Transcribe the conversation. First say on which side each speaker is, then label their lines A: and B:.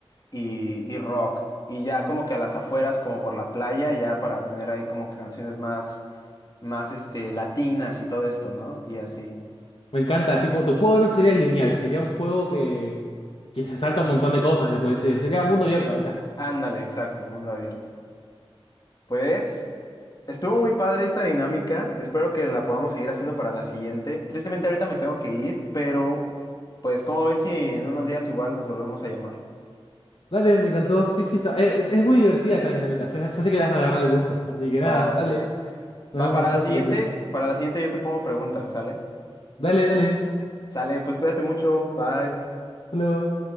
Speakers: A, on the left; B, on the left.
A: y, y rock. Y ya como que a las afueras, como por la playa, ya para tener ahí como que canciones más, más este, latinas y todo esto, ¿no? Y así.
B: me encanta, tipo, tu juego no sería lineal, sería un juego que, que se salta un montón de cosas después, eh, sería mundo abierto, ahí está.
A: Ándale, exacto, mundo abierto. Pues estuvo muy padre esta dinámica. Espero que la podamos seguir haciendo para la siguiente. Tristemente ahorita me tengo que ir, pero pues como ves si en unos días igual nos volvemos a llamar.
B: Dale, me encantó, sí, sí, está- eh, es, es muy divertida esta dinámica, se, se hace que le vas a agarrar el gusto, así que nada,
A: Va, va,
B: dale,
A: va.
B: nos
A: Va,
B: vemos
A: para
B: después
A: la siguiente,
B: entonces.
A: para la siguiente yo te pongo preguntas, ¿sale?
B: Dale, dale,
A: Sale, pues cuídate mucho, bye.
B: hasta luego.